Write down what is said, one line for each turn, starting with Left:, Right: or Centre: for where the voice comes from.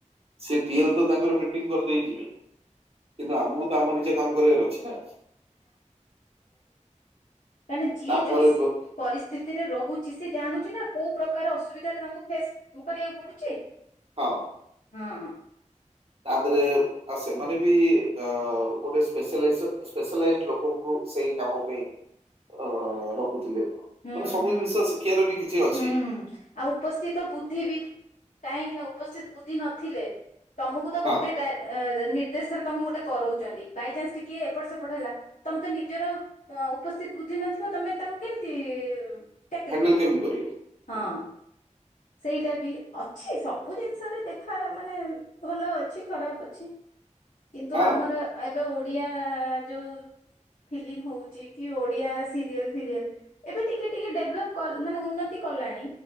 Right: ସେ ଟିଏଲ ତ ତାଙ୍କର ମିଟିଂଙ୍ଗି କରିଦେଇ ଯିବେ। କିନ୍ତୁ ଆମକୁ
Left: ହୁଁ
Right: ତ ଆମ
Left: ହୁଁ
Right: ନିଜେ କାମ କରିବାର ଅଛି ନା?
Left: କାହିଁକିନା ଯିଏ
Right: ତାପରେ
Left: ଯୋଉ ସୁ
Right: ହଁ
Left: ପରିସ୍ଥିତିରେ ରହୁଚି ସେ ଜାଣୁଛି ନା କୋଉ ପ୍ରକାର ଅସୁବିଧା ଟା ତାଙ୍କୁ ଫେସ କରିବାକୁ ପଡ଼ୁଚି।
Right: ହଁ।
Left: ହଁ।
Right: ତା ଧେରେ ଆ ସେମାନେ ବି ଅ ଗୋଟେପ ସ୍ପଲାଇଜେସନ୍ ଲୋକଙ୍କୁ ସେଇ କାମ ପାଇଁ ଅ ରଖୁଥିଲେ।
Left: ହୁଁ
Right: ମାନେ ସବୁ
Left: ହୁଁ
Right: ଜିନିଷ ଶିଖିବାର ବି କିଛି ଅଛି
Left: ହୁଁ ଆଉ ଉପସ୍ଥିତ ବୁଦ୍ଧି ବି କାହିଁକି ନା ଉପସ୍ଥିତ ବୁଦ୍ଧି ନଥିଲେ ତମକୁ ତ ଗୋଟେ
Right: ହଁ
Left: ଡା ଏ ନି ଦେଶରେ ତମକୁ ଗୋଟେ କରଉଚନ୍ତି ବାଇଚାନ୍ସ ଟିକେ ଏପଟ ସେପଟ ହେଲା ତମେ ତ ନିଜର ଉପସ୍ଥି ନଥିବ, ତମେ ତାକୁ କେମିତି ଟ୍ୟାକଲ
Right: ହ୍ୟାଣ୍ଡେଲ
Left: କରିବ
Right: କେମିତି କରିବେ।
Left: ହଁ।
Right: ହୁଁ
Left: ସେଇଟା ବି ଅଛି ସବୁ ଜିନିଷରେ ଦେଖା ମାନେ ଭଲ ଅଛି ଖରାପ ଅଛି କିନ୍ତୁ
Right: ହଁ
Left: ଆମର ଏବେ ଓଡିଆ ଯୋଉ ଫିଲ୍ମ ହଉଛି କି ଓଡିଆ ସିରିଏଲ ଫିରିଏଲ ଏବେ ଟିକେ ଟିକେ ଡେଭଲପ ମାନେ ଉନ୍ନତି କଲାଣି,